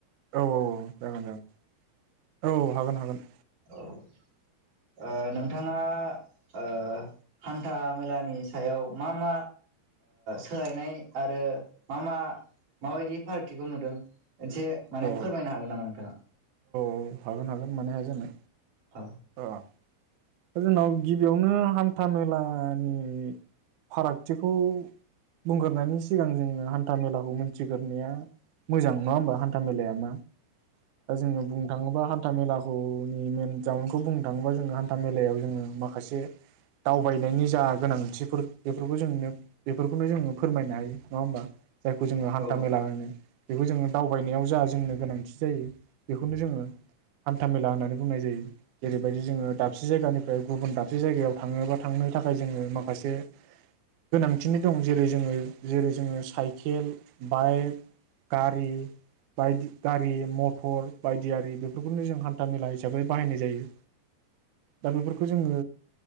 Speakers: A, on the right; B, on the right.
A: औ-औ-औ जागोन-जागोन औ औ हागोन हागोन।
B: <unintelligible> ओ नोंथांङा ओ हान्था मेलानि सायाव मा मा सोलायनाय आरो मा मा माबायदि फारागथिखौ नुदों एसे माने
A: औ
B: फोरमायनो हागोन नामा नोंथांङा
A: औ हागोन हागोन मानो हाया जानो
B: औ
A: ओ दा जोंनाव गिबियावनो हान्था मेलानि फारागथिखौ बुंग्रोनायनि सिगां जोंङो हान्था मेलाखौ मोनथिग्रनाया मोजां नंङा होमबा हान्था मेलाया मा दा जोंङो बुं थाङोबा हान्था मेलाखौनि मेन जाउनखौ बुंनो थाङोबा जोङो हान्था मेलायाव जोङो माखासे दावबायनायनि जा गोनांथिफोर बेफोरखौ जोंनो बेफोरखौनो जोङो फोरमायनो हायो नङा होमबा। जायखौ जोङो हान्था
B: औ
A: मेला होनो। बेखौ जोङो दावबायनायाव जा जोंनो गोनांथि जायो बेखौनो जोङो। हान्था मेला होननानै बुंनाय जायो जेरैबायदि जोङो दाबसे जायगानिफ्राय गुबुन दाबसे जायगायाव थाङो बा थांनो थाखाय जोङो माखासे गोनांथिनो दं जेरै जोङो जेरै जोङो साइकेल, बाइक, गारि बायदि गारि म थर बायदियारि। बेफोरखौनो जों हान्था मेला हिसाबै बाहायनाय जायो दा बेफोरखौ जोङो